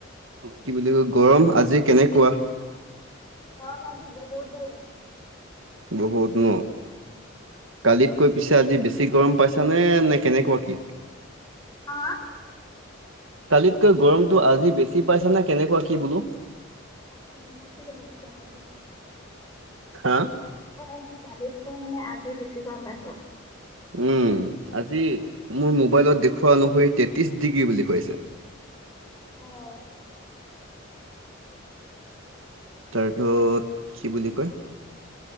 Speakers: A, on the right; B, on the left.
A: কি বুলি কয় গৰম আজি কেনেকুৱা?
B: গৰম আজি বহুত দেই।
A: বহুত ন। কালিত কৈ পিছে আজি বেছি গৰম পাইছা নে নে কেনেকুৱা কি?
B: হ
A: কালিতকৈ গৰমটো আজি বেছি পাইছ নে কেনেকুৱা কি বোলো।
B: <unintelligible>
A: হা
B: কালিতকৈ কালিতকৈ মানে আজি বেছি গৰম পাইছো।
A: উম আজি মোৰ মোবাইলত দেখুওৱা অনুসৰি তেত্ৰিশ ডিগ্ৰী বুলি কৈছে।
B: অ'।
A: তাৰপিছত কি বুলি কয়